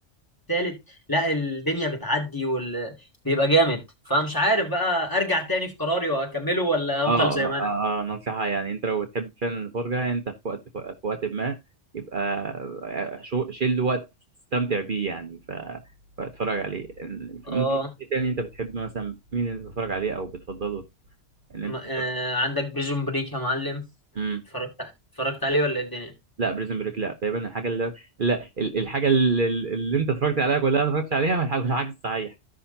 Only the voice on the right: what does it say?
اه
اه
آه، آه، نصيحة يعني انت لو بتحب فعلا الفرجة انت في وقت في وقت ما يبقى آه، شو- شيل وقت تستمتع بيه يعني ف فاتفرج عليه إن-
ممكن يكون في تاني انت بتحب مثلا مين اللي انت بتتفرج عليه او بتفضله ان
انت تتفرج
امم
لا بريزن بريك لا تقريبا الحاجة اللي لا ال- الحاجة اللي, اللي انت اتفرجت عليها كلها ما اتفرجتش عليها والحاجة العكس صحيح